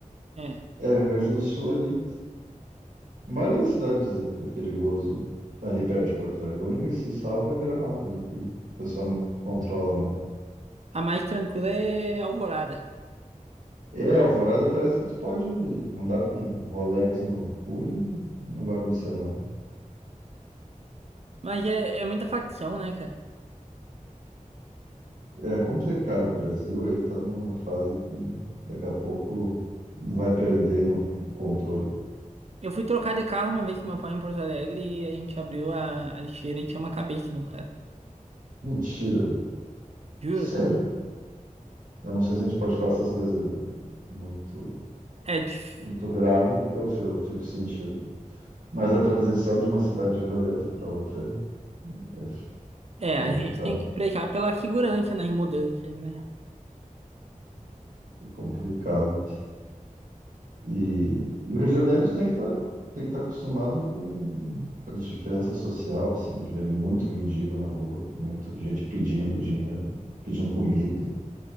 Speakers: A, on the right (about 50°); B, on the right (about 75°).
A: É.
B: é, no Rio Grande do Sul ali, a maioria das cidades é é perigoso ali perto de Porto Alegre. A única que se salva é Gramado ali, que o pessoal ma- controla mais.
A: A mais tranquila é Alvorada.
B: É, Alvorada parece que tu pode andar com Rolex no punho, e não vai acontecer nada.
A: Mas é, é muita facção, né, cara?
B: É complicado. O Brasil aí tá numa fase que daqui a pouco vai perder no controle.
A: Eu fui trocar de carro uma vez com meu pai em Porto Alegre e a gente abriu a, a lixeira e tinha uma cabeça de um cara.
B: Mentira.
A: Juro.
B: Sério?
A: cara.
B: Eu não sei se a gente pode falar essas coisas muito,
A: É, dif-
B: muito grave, porque eu fi- eu fico sentindo. Mas a transição de uma cidade violenta para outra é é
A: é,
B: complicado,
A: a gente tem que pregar pela segurança nas mudanças, né?
B: é complicado. E, e o Rio de Janeiro tem que estar tem que estar acostumado com a diferença social, assim, de ver muito mendigo na rua, muito gente pedindo dinheiro, pedindo comida.